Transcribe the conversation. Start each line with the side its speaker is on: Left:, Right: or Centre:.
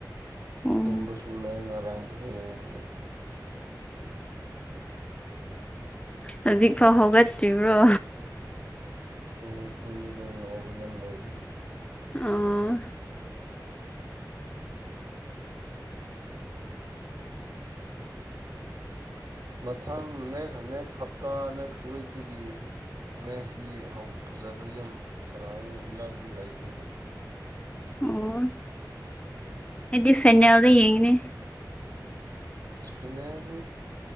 Left: ꯑꯣ
Right: ꯇꯨꯝꯕꯁꯨ ꯂꯩ ꯉꯔꯥꯡ ꯐꯨꯕꯣ ꯌꯦꯡꯕꯒꯤ
Left: ꯍꯧꯖꯤꯛ ꯐꯥꯎ ꯍꯧꯒꯠꯇ꯭ꯔꯤꯕ꯭ꯔꯣ
Right: ꯍꯣꯏ ꯇꯨꯝꯕꯗ ꯂꯥꯎꯕ ꯌꯥꯝ ꯂꯩꯕꯅꯦ
Left: ꯑꯥ
Right: ꯃꯊꯪꯦꯛ ꯅꯦ ꯅꯦꯛꯁ ꯍꯞꯇꯥ ꯅꯦꯛꯁ ꯋꯤꯛꯗꯒꯤ ꯃꯦꯠꯁꯇꯤ ꯍꯧ ꯐꯖꯕ ꯌꯥꯝ ꯁꯥꯟꯅꯒꯅꯤ ꯍꯟꯗꯛꯇꯤ ꯂꯩꯇ꯭ꯔꯤꯗ
Left: ꯑꯣꯏ ꯑꯩꯗꯤ ꯐꯦꯅꯦꯜꯗ ꯌꯦꯡꯉꯤꯅꯦ
Right: ꯐꯥꯅꯦꯜꯗꯤ